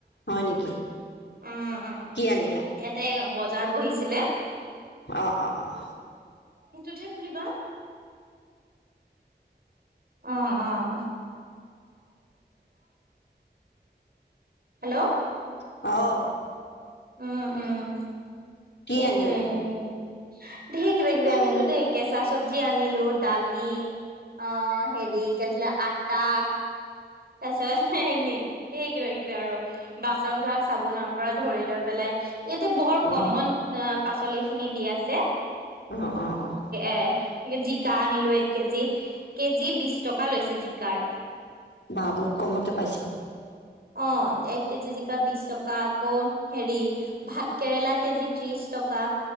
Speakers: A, on the left; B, on the right.
A: হয় নেকি।
B: উম, উম,
A: কি আনিলা।
B: ইয়াতে বজাৰ বহিছিলে।
A: অঁ অঁ অঁ
B: সিটোতহে খুলিবা, অঁ অঁ হেল্ল'
A: অ
B: উম উম
A: কি
B: এইটোৱে
A: আনিলা?
B: হেৰি। ধেৰ কিবা কিবি
A: অ' অ'
B: আনিলো দেই কেঁচা চবজি আনিলো দালি অ হেৰি কি আছিলে আটা তাছত সে এনে সেই কিবা কিবি আৰু বাচন ধৰা চাবোনৰ পৰা ধৰি লৈ পেলাই- ইয়াতে বৰ
A: অ'
B: কমন পাচলি খিনি দি আছে,
A: অ' অ'
B: এ- জিকা আনিলো এক কেজি, কেজি বিশ টকা লৈছে জিকাৰ।
A: বাহ বহুত কমতে পাইছে।
B: অ এক কেজি জিকা বিশ টকা আকৌ হেৰি ভাত কেৰেলা কেজিত ত্ৰিশ টকা,